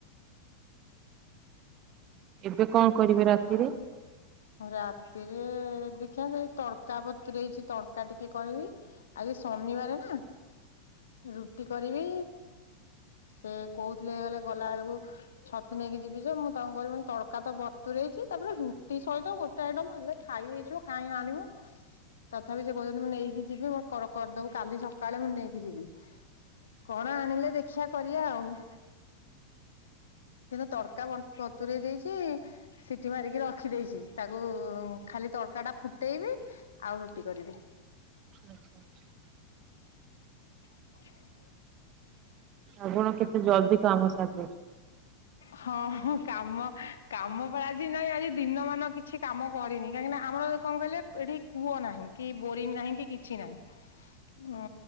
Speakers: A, on the right; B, on the left.
A: ଏବେ କଣ କରିବେ ରାତିରେ?
B: ରାତିରେ ଦେଖିଆ ସେଇ ତଡକା ବତୁରେଇଛି ତଡକା ଟିକେ କରିବି। ଆଜି ସନିବାରେ ନା ରୁ ଟି କରିବି ସେ କହୁଥିଲେ କହୁଥିଲେ ଗଲା ବେଳକୁ ଛତୁ ନେଇକି ଯିବି ଯେ ମୁଁ ତାଙ୍କୁ କହିଲି ତଡକା ତ ବତୁରେଇଚି ତାପରେ ରୁ ଟି ସହିତ ଗୋଟେ ଆଇଟମ ହେଲେ ଖାଇ ହେଇଯିବ କାଇଁ ଆଣିବ। ତଥାପି ସେ କହୁଛନ୍ତି ମୁଁ ନେଇକି ଯିବି ମୋ କର କରଦବୁ କାଲି ସକାଳେ ମୁଁ ନେଇକି ଯିବି। କଣ ଆଣିଲେ ଦେଖିଆ କରିବା ଆଉ‌। ‌‌ କିନ୍ତୁ ତଡକା ବନ୍ ପତୁରେଇ ଦେଇଚି ସିଠି ମାରିକି ର ଖିଦେଇଚି ତାକୁ ଖାଲି ତଡ଼କା ଟା ଫୁଟେଇବି ଆଉ ରୁଟି କରିବି।
A: ଆଚ୍ଛା ଆଚ୍ଛା।
B: <inaudible>
A: ଆପଣ କେତେ ଜଲ୍ଦି କାମ ସାରିଦଉଚ
B: ହଁ ହଁ କାମ କାମପା ଆଜି ନାଇଁ ଆଜି ଦିନ ମାନ କିଛି କାମ କରିନି କାହିଁକିନା ଆମର କଣ କଇଲେ ଏଠି କୂଅ ନାହିଁକି ବୋରିଂ ନାହିଁକି କିଛି ନାହିଁ। ଉଁ